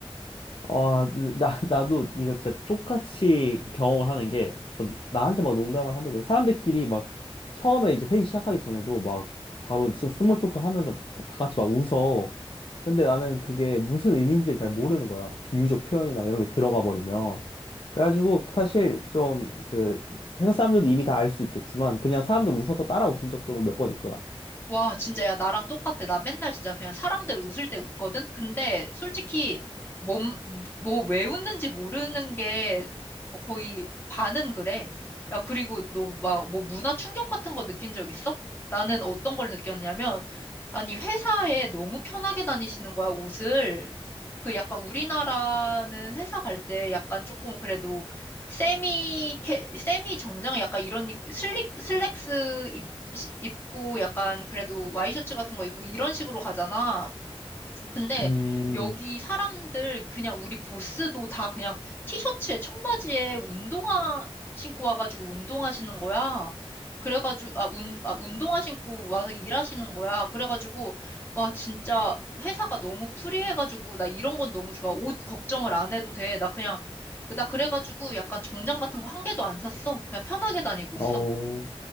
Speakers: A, on the left; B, on the left.
A: 아, 나, 나도 이거 진짜 똑같이 경험을 하는 게, 뭐 나한테 막 농담을 하는 건 사람들끼리 막 처음에 이제 회의 시작하기 전에도 막 바로 좀 스몰 토크 하면서 막 다, 다 같이 막 웃어. 근데 나는 그게 무슨 의미인지를 잘 모르는 거야. 막 비유적 표현이나 막 이런 게 들어가 버리면. 그래가지고 사실 좀 그 회사 사람들도 이미 다 알 수 있겠지만 그냥 사람들 웃어서 따라 웃은 적도 몇 번 있어, 나도.
B: 와, 진짜, 야, 나랑 똑같아. 나 맨날 진짜 그냥 사람들 웃을 때 웃거든? 근데 솔직히, 몸, 뭐, 왜 웃는지 모르는 게 뭐 거의 반은 그래. 야, 그리고 너 막, 뭐, 문화 충격 같은 거 느낀 적 있어? 나는 어떤 걸 느꼈냐면, 아니, 회사에 너무 편하게 다니시는 거야, 옷을. 그 약간 우리나라는 회사 갈 때 약간 조금 그래도 세미, 캐, 세미 정장 약간 이런 슬릭, 슬랙스 시- 입고 약간 그래도 와이셔츠 같은 거 입고 이런 식으로 가잖아. 근데
A: 음,
B: 여기 사람들 그냥 우리 보스도 다 그냥 티셔츠에 청바지에 운동화 신고 와가지고 운동하시는 거야. 그래가지고 아, 운, 아 운동화 신고 와서 일하시는 거야. 그래가지고 와 진짜 회사가 너무 프리해가지고 나 이런 건 너무 좋아. 옷 걱정을 안 해도 돼. 나 그냥 그- 나 그래가지고 약간 정장 같은 거 한 개도 안 샀어. 그냥 편하게 다니고 있어.
A: 어,